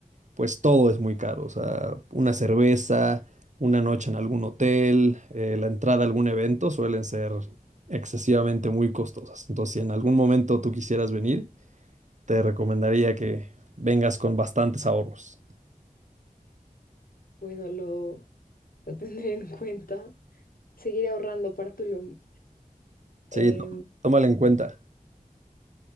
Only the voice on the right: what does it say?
pues todo es muy caro. O sea, una cerveza, una noche en algún hotel, eh, la entrada a algún evento suelen ser excesivamente muy costosas. Entonces, si en algún momento tú quisieras venir, te recomendaría que vengas con bastantes ahorros.
Sí,
tó- tómalo en cuenta.